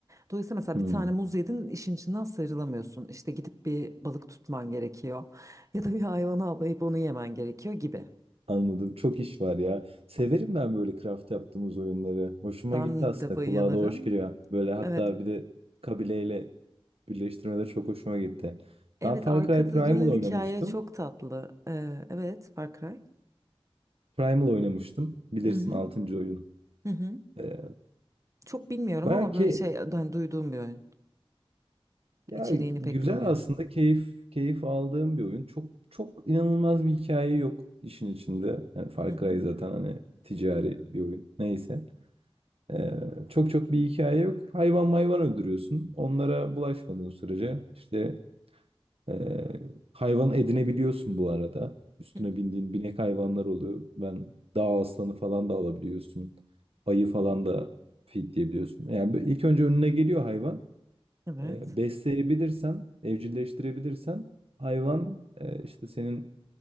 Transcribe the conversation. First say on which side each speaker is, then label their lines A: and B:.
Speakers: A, on the right; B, on the right.
A: Dolayısıyla mesela
B: Hı.
A: bir tane muz yedin işin içinden sıyrılamıyorsun. İşte gidip bir balık tutman gerekiyor. Ya da bir hayvanı avlayıp onu yemen gerekiyor gibi.
B: Anladım. Çok iş var ya. Severim ben böyle craft yaptığımız oyunları. Hoşuma
A: Ben
B: gitti aslında.
A: de bayılırım.
B: Kulağa da hoş geliyor. Böyle hatta
A: Evet.
B: bir de kabileyle birleştirmede çok hoşuma gitti.
A: Evet
B: Ben Far
A: arkada
B: Cry Primal
A: dönen
B: oynamıştım.
A: hikaye çok tatlı. Ee, evet Far Cry.
B: Primal oynamıştım. Bilirsin
A: Hı hı.
B: 6. oyun.
A: Hı hı.
B: Ee,
A: Çok bilmiyorum
B: baya
A: ama
B: ki
A: böyle şey hani duyduğum bir oyun.
B: ya
A: İçeriğini
B: güzel
A: pek bilmiyorum.
B: aslında keyif keyif aldığım bir oyun. Çok çok inanılmaz bir hikaye yok işin içinde. Yani Far
A: Hı hı.
B: Cry zaten hani ticari bir oyun. Neyse. Ee, çok çok bir hikaye yok. Hayvan mayvan öldürüyorsun. Onlara bulaşmadığın sürece işte ee, hayvan edinebiliyorsun bu arada. Üstüne
A: Hı hı.
B: bindiğin binek hayvanlar oluyor. Ben dağ aslanı falan da alabiliyorsun. Ayı falan da feedleyebiliyorsun. Yani böyle ilk önce önüne geliyor hayvan.
A: Evet.
B: Ee, besleyebilirsen, evcilleştirebilirsen hayvan e, işte senin